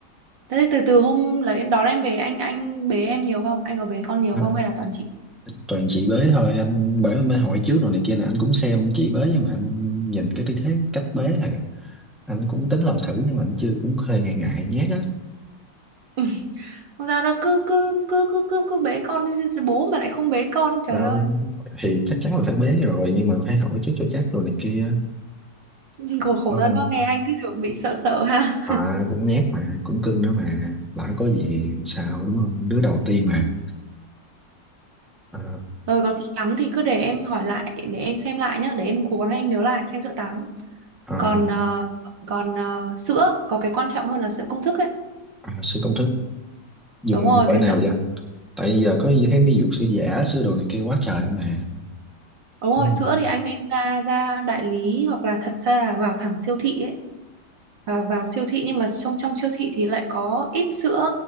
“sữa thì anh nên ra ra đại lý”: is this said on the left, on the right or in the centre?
Right